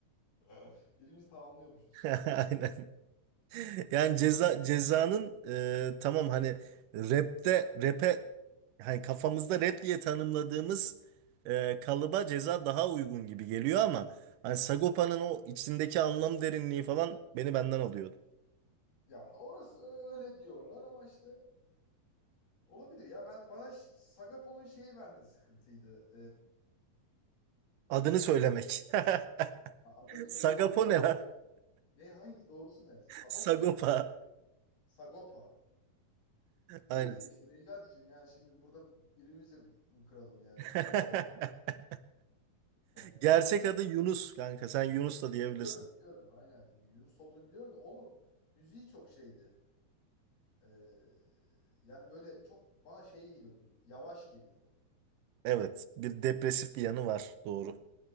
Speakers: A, on the left; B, on the right.
A: <laughs> Birimiz tamamlıyormuşuz
B: <laughs>
A: işte.
B: Aynen. Yani ceza cezanın e, tamam hani rapte rap'e hani kafamızda rap diye tanımladığımız e, kalıba ceza daha uygun gibi geliyor ama hani Sagopa'nın o içindeki anlam derinliği falan beni benden alıyordu.
A: Ya orası ö- öyle diyorlar ama işte Olabilir ya ben bana Ş- Sagapo'nun şeyi bende sıkıntıydı.
B: Adını söylemek. <laughs>
A: Ee, adını söyleyebilirim
B: Sagapo
A: Sagapo.
B: ne lan?
A: Adı- Ne hangisi doğrusu ne? Saboka
B: <laughs> Sagopa.
A: mı? Sagopa.
B: Aynen.
A: Neyse işte Necati'cim yani şimdi burada birimizi mi kıralım yani
B: <laughs>
A: Sagopa ondan
B: Gerçek
A: sonra.
B: adı Yunus kanka. Sen Yunus da diyebilirsin.
A: Biliyorum biliyorum aynen Yunus olduğunu biliyorum da onun müziği çok şeydi. Ee, yani böyle çok bana şey geliyordu yavaş geliyordu.
B: Evet. Bir depresif bir yanı var. Doğru.